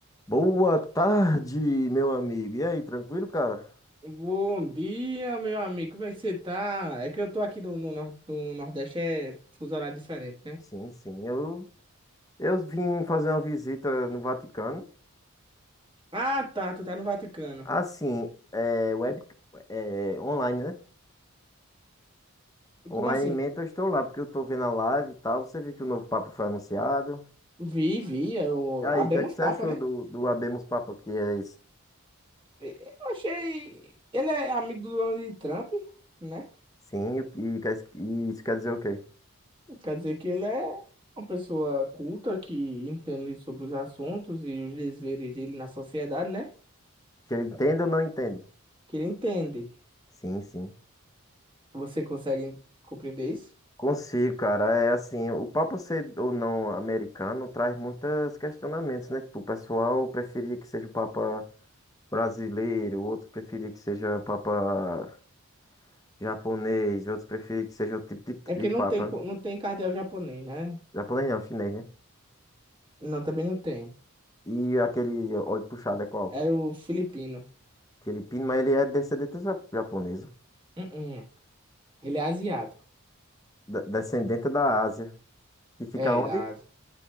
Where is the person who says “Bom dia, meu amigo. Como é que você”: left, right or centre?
Right